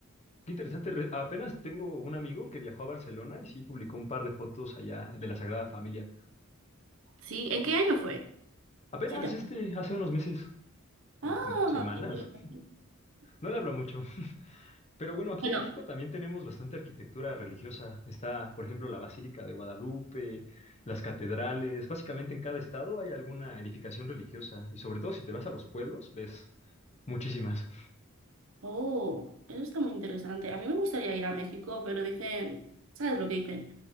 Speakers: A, on the left; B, on the right.
A: Qué interesante. re- apenas tengo un amigo que viajó a Barcelona y sí publicó un par de fotos allá de la Sagrada Familia.
B: ¿Sí? ¿En qué año fue?
A: Apenas
B: Sí, te acuerdas.
A: este, hace unos meses
B: Ah,
A: o mm, semanas.
B: qué interesante.
A: No le hablo mucho. Pero bueno, aquí
B: Bueno,
A: en México también tenemos bastante arquitectura religiosa. Está, por ejemplo, la Basílica de Guadalupe, las catedrales. Básicamente en cada estado hay alguna edificación religiosa y sobre todo si te vas a los pueblos, ves muchísimas.
B: oh, eso está muy interesante. A mí me gustaría ir a México, pero dicen, ¿sabes lo que dicen?